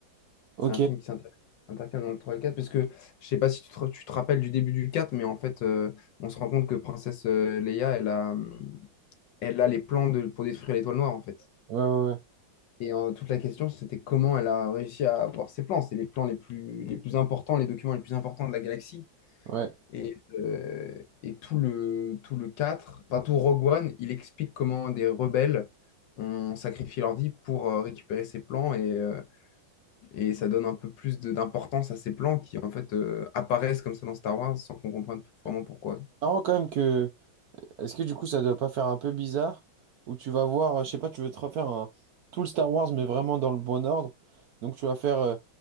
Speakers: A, on the right; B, on the left.
A: Ok.
B: c'est un
A: Ouais,
B: film qui s'inter- intercale dans le 3 et le 4, parce que je sais pas si tu te, tu te rappelles du début du quatre mais en fait, euh, on se rend compte que Princesse euh, Leia, elle a, elle a les plans de, pour détruire l'étoile noire, en fait.
A: ouais, ouais.
B: Et euh, toute la question, c'était comment elle a réussi à avoir ces plans. C'est les plans les plus, les plus importants, les documents les plus importants de la galaxie.
A: ouais.
B: Et, euh, et tout le, tout le quatre enfin tout Rogue One, il explique comment des rebelles ont sacrifié leur vie pour euh, récupérer ces plans et, euh, et ça donne un peu plus de- d'importance à ces plans qui, en fait, euh, apparaissent comme ça dans Star Wars sans qu'on comprenne vraiment
A: Ouais.
B: pourquoi.
A: Marrant quand même que. Est-ce que du coup ça doit pas faire un peu bizarre? Où tu vas voir, euh, je sais pas, tu veux te refaire un... tout le Star Wars, mais vraiment dans le bon ordre. Donc tu vas faire euh,